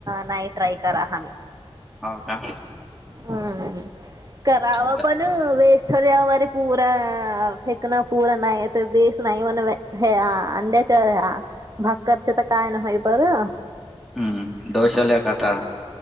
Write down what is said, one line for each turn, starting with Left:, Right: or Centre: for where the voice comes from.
Right: नाही ट्राय करा हामी.
Centre: हो का?
Right: हम्म कराव
Centre: आता
Right: पण वेस्ट <unintelligible> पूरा फेकना पूरा नाही आहे तर देस नाही म्ह हे ह अंड्याचा ह भाकरच तर काय ना होय बरं.
Centre: हम्म डोसा ल खाता.